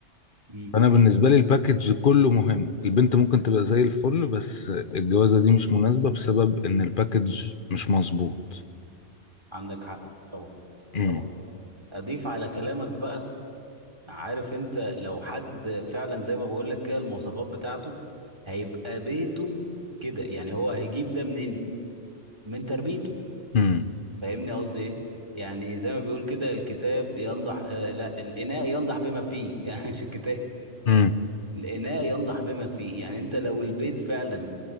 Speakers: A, on the right; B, on the left.
A: أمم.
B: انا بالنسبه لي الباكج كله مهم البنت ممكن تبقى زي الفل بس الجوازه دي مش مناسبه بسبب ان الباكج مش مظبوط
A: عندك حق طبعا
B: امم
A: طبعا اضيف على كلامك بقى عارف انت لو حد فعلا زي ما بقول لك كده المواصفات بتاعته هيبقى بيته كده يعني هو هيجيب ده منين من تربيته
B: امم
A: فاهمني قصدي ايه يعني زي ما بيقول كده الكتاب ينضح آه لا الاناء ينضح بما فيه <laughs> يعني مش الكتاب
B: امم
A: الاناء ينضح بما فيه يعني انت لو البيت فعلا